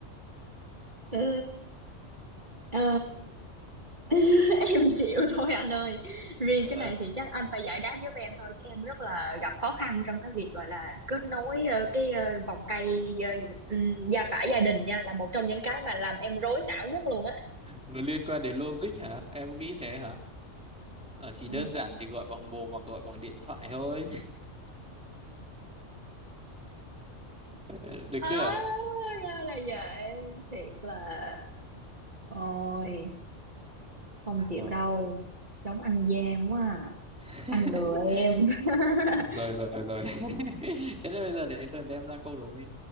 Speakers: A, on the right (about 40°); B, in the centre.
A: Ừ, ờ, <laughs> em chịu thôi anh ơi. Riêng
B: Ờ,
A: cái này thì chắc anh phải giải đáp giúp em thôi chứ em rất là gặp khó khăn trong cái việc gọi là kết nối ờ, cái ờ, vòng cây ờ, ừm, gia phả gia đình nha là một trong những cái mà làm em rối não nhất luôn á.
B: nó liên quan đến logic hả em nghĩ thế hả Ờ, thì
A: Ừ.
B: đơn giản thì gọi bằng mồm hoặc gọi bằng điện thoại thôi <laughs> được
A: À,
B: chưa
A: <laughs> ra là vậy. Thiệt là ôi
B: à,
A: không chịu
B: rồi
A: đâu. giống ăn gian quá à.
B: <laughs>
A: Anh lừa em. <laughs>
B: rồi rồi rồi <laughs> thế nên bây giờ đến lượt em ra câu đố đi